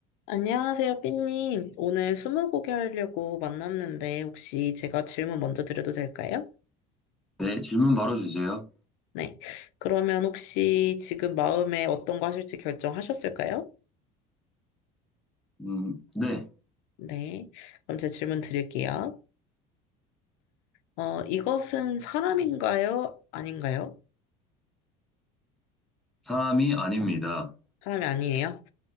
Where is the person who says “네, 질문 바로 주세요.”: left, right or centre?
Centre